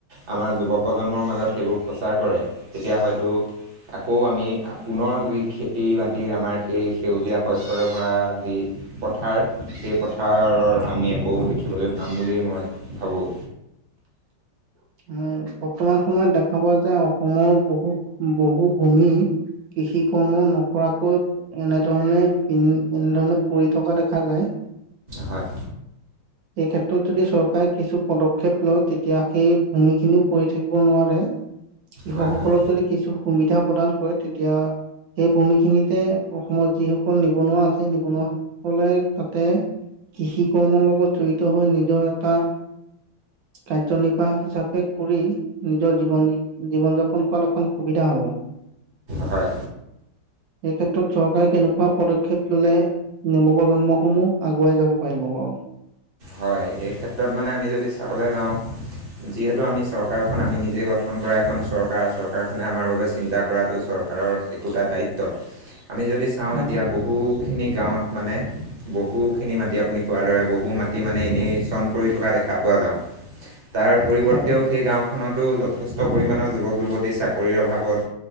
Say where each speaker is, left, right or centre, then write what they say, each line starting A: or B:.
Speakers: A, on the right; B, on the right.
A: আমাৰ যুৱক প্ৰজন্মৰ মাজত সেইবোৰ প্ৰচাৰ কৰে, তেতিয়া হয়তো। আকৌ আমি পুনৰ যি খেতি বাতি আমাৰ সেই সেউজীয়া শস্যৰে ভৰা যি। পথাৰ সেই পথাৰৰ আমি আকৌ দেখিবলৈ পাম বুলি মই ভাবোঁ।
B: আহ বৰ্তমান সময়ত দেখা পোৱা যোয় অসমৰ বহু বহু ভূমি। কৃষি কৰ্ম নকৰাকৈ এনেধৰণে বি এনেধৰণে পৰি থকা দেখা যায়।
A: হয়।
B: এই ক্ষেত্ৰত যদি চৰকাৰে কিছু পদক্ষেপ লয় তে এতিয়া সেই ভূমি খিনিও পৰি থাকিব নোৱাৰে। কৃষকসকলক
A: হয় হয়
B: যদি কিছু সুবিধা সূতিয়া প্ৰদান কৰে তেতিয়া। সেই ভূমিখিনিতে অসমত যিসকল নিবনুৱা আছে, নিবনুৱাসকলে তাতে কৃষি কৰ্মৰ লগত জড়িত হৈ নিজৰ এটা। কাৰ্যনিৰ্বাহ হিচাপে কৰি নিজৰ জীৱন, জীৱন-যাপন কৰাত অকণ সুবিধা হ'ব।
A: হয়।
B: এই ক্ষেত্ৰত চৰকাৰে কেনেকুৱা পদক্ষেপ ল'লে নৱপ্ৰজন্মসমূহ আগুৱাই যাব পাৰিব বাৰু।
A: হয়। এই ক্ষেত্ৰত মানে আমি যদি চাবলৈ যাওঁ যিহেতু আমি চৰকাৰখন আমি নিজে গঠন কৰা এখন চৰকাৰ। চৰকাৰখনে আমাৰ বাবে চিন্তা কৰাটো চৰ কাৰৰ একোটা দায়িত্। আমি যদি চাওঁ
B: হয়
A: এতিয়া বহু খিনি গাঁৱত মানে বহুখিনি মাটি আপুনি কোৱাৰ দৰে বহু মাটি মানে এনেই চন পৰি থকা দেখা পোৱা যাওঁ। তাৰ পৰিৱৰ্তেও
B: হয়
A: সেই গাঁওখনত। আৰু যথেষ্ট পৰিমাণৰ যুৱক যুৱতী চাকৰিৰ অভাৱত